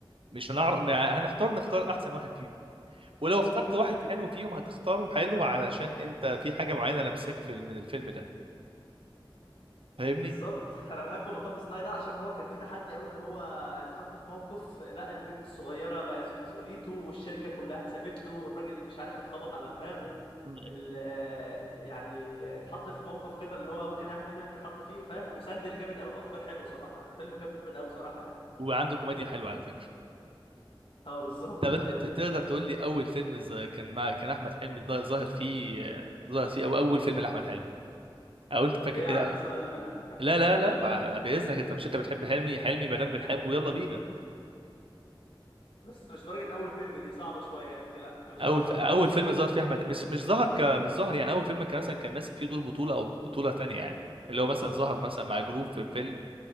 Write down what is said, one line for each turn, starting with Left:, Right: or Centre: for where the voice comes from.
Right: مش هنعرف هنحتار نختار احسن واحد فيهم. ولو اخترت واحد حلو فيهم هتختاره حلو علشان انت في حاجه معينه لمساك في ال- من الفيلم ده فاهمني
Left: بالظبط <laughs> انا بحب مطب صناعي ده عشان هو كان في تحدي قوي اللي هو اتحط في موقف لا البت الصغيره بقت في مسؤوليته والشركه كلها اتسابت له والراجل مش عارف اتخبط على دماغه
Right: مم.
Left: ال- آه، يعني اتحط في موقف كده اللي هو ممكن اي حد فينا يتحط فيه فاهم وسندل جامد قوي بافكار حلوه صراحه الفيلم جامد قوي صراحه يعني
Right: وعنده كوميديا حلوه على فكره
Left: اه بالظبط
Right: طب انت
Left: ايوه
Right: ت- تقدر تقول لي اول فيلم ز- كان مع كان احمد حلمي ضا- ظاهر فيه آه، ظاهر فيه او اول فيلم لاحمد حلمي او انت فاكر
Left: ايه
Right: كده
Left: يا عم السؤال ده <laughs>
Right: لا لا
Left: لا
Right: لا بعد اذنك انت مش انت بتحب حلمي حلمي ما دام بنحبه يلا بينا
Left: بس مش درجه اول فيلم دي صعبه شويه يا اخي لا مش
Right: اول
Left: هعرفها
Right: ف- اول
Left: دي
Right: فيلم ظهر فيه احمد مش مش ظهر ك مش ظهر يعني اول فيلم كان مثلا كان ماسك فيه دور بطوله او بطوله تانية يعني اللي هو مثلا ظهر مثلا مع جروب في فيلم